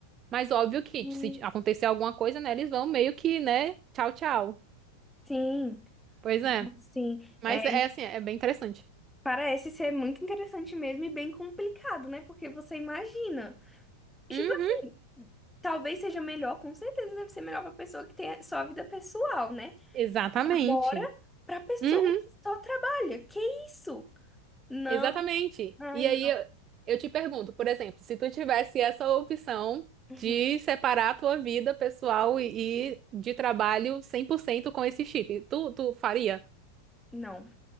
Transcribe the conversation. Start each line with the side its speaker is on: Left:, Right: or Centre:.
Right: Mas óbvio que
Centre: Uhum.
Right: se acontecer alguma coisa, né, eles vão meio que, né, tchau, tchau.
Centre: Sim,
Right: Pois é.
Centre: sim. É,
Right: Mas é assim, é bem interessante.
Centre: parece ser muito interessante mesmo e bem complicado, né? Porque você imagina. Tipo
Right: Uhum,
Centre: assim, talvez seja melhor, com certeza deve ser melhor pra pessoa que tem a sua vida pessoal, né?
Right: exatamente.
Centre: Agora, pra pessoa
Right: Uhum.
Centre: que só trabalha. Que isso? Não,
Right: Exatamente.
Centre: ai,
Right: E
Centre: não.
Right: aí eu, eu te pergunto, por exemplo, se tu tivesse essa opção
Centre: Uhum.
Right: de separar a tua vida pessoal e, e de trabalho 100% com esse chip, tu, tu faria?
Centre: Não.